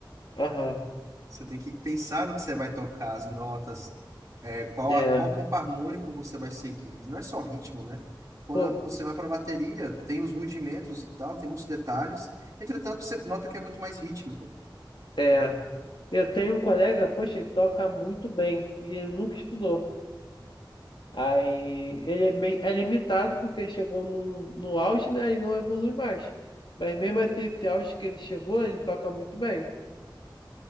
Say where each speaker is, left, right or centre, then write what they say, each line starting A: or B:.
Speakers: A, on the left; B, on the right.
A: Aham.
B: Você tem que pensar no que você vai tocar, as notas, é, qual,
A: É.
B: a- qual campo harmônico você vai seguir. Não é só ritmo, né? Quando
A: Pô,
B: a- você vai para a bateria, tem os rudimentos e tal, tem muitos detalhes. Entretanto, você nota que é muito mais rítmico,
A: É,
B: né?
A: eu tenho um colega, poxa, ele toca muito bem e ele nunca estudou. Aí ele é meio é limitado porque ele chegou no, no auge, né, e não evolui mais. Mas mesmo assim, esse auge que ele chegou, ele toca muito bem.